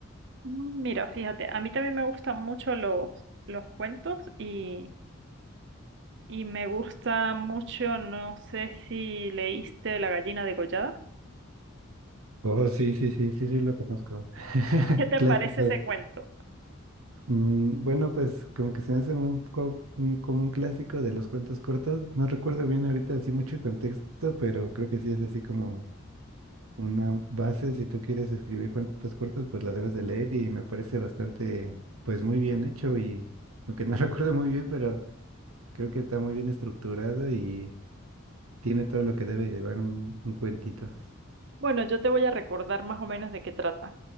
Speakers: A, on the right; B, on the right.
A: Mm, Mira, fíjate, a mí también me gustan mucho los, los cuentos y, y me gusta mucho, no sé si leíste La gallina degollada.
B: Oh, sí, sí, sí, sí, sí, lo conozco. <laughs>
A: ¿Qué te
B: Clásico.
A: parece ese cuento?
B: Mm, bueno, pues como que se me hace un poco un- como un clásico de los cuentos cortos. No recuerdo bien ahorita así mucho contexto, pero creo que sí es así como una base, si tú quieres escribir cuentos cortos, pues la debes de leer y me parece bastante, pues muy bien hecho y aunque no <laughs> recuerdo muy bien, pero creo que está muy bien estructurado y tiene todo lo que debe llevar un, un cuentito.
A: Bueno, yo te voy a recordar más o menos de qué trata.